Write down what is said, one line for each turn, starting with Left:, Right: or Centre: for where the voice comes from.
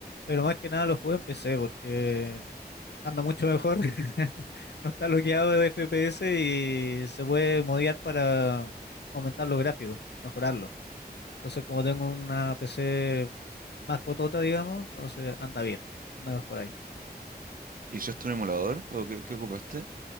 Left: pero más que nada lo jugué en PC porque anda mucho mejor. <laughs> No está bloqueado de FPS y se puede modear para aumentar los gráficos, mejorarlo. Entonces, como tengo una PC más cotota, digamos, entonces anda bien, anda mejor ahí.
Right: ¿Hiciste un emulador o qué, qué ocupaste?